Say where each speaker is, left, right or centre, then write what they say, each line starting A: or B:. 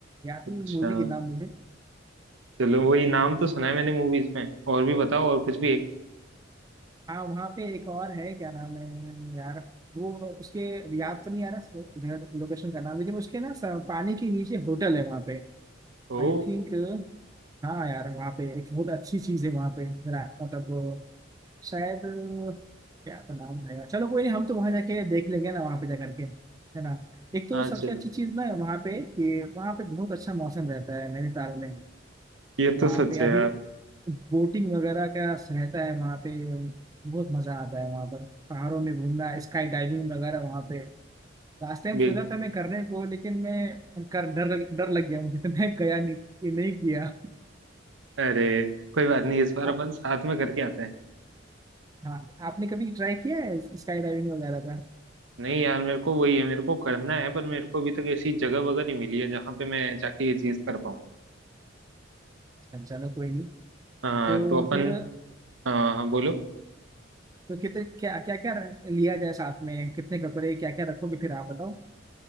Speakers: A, on the right; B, on the right.
A: याद
B: अच्छा
A: नहीं मूवी के नाम मुझे
B: चलो
A: तो
B: वही नाम तो सुना है मैंने मूवीज में और भी बताओ और कुछ भी एक
A: हाँ वहाँ पे एक और है क्या नाम है यार वो उसके याद तो नहीं आ रहा जगह लोकेशन का नाम लेकिन उसके ना स- पानी के नीचे होटल है वहाँ पे
B: ओ
A: आई थिंक हाँ यार वहाँ पे एक बहुत अच्छी चीज है वहाँ पे मेरा- मतलब शायद अ, क्या तो नाम है यार चलो कोई नहीं हम तो वहाँ जाके देख लेंगे ना वहाँ पे जा करके है ना एक तो
B: हाँ
A: सबसे
B: चलो
A: अच्छी चीज ना है वहाँ पे कि वहाँ पे बहुत अच्छा मौसम रहता है नैनीताल में
B: ये
A: वहाँ
B: तो सच
A: पे अभी
B: है यार
A: बोटिंग वगैरह का रहता है वहाँ पे बहुत मजा आता है वहाँ पर पहाड़ों में घूमना स्काई डाइविंग वगैरह वहाँ पे लास्ट टाइम
B: बिल
A: सोचा था मैं करने को लेकिन मैं कर डर डर लग गया मुझे <laughs> तो मैं गया नहीं नहीं किया
B: अरे कोई बात नहीं इस बार
A: आप
B: अपन साथ में करके आते हैं
A: हाँ आपने कभी ट्राई किया है स्काई डाइविंग वगैरह का
B: नहीं यार मेरे को वही है मेरे को करना है पर मेरे को अभी तक ऐसी जगह वगैरह नहीं मिली है जहाँ पे मैं जाके ये चीज कर पाऊँ
A: अच्छा, चलो कोई नहीं
B: हाँ
A: तो
B: तो अपन
A: फिर
B: हाँ हाँ, बोलो
A: तो कितने क्या क्या क्या लिया जाए साथ में कितने कपड़े क्या क्या रखोगे फिर आप बताओ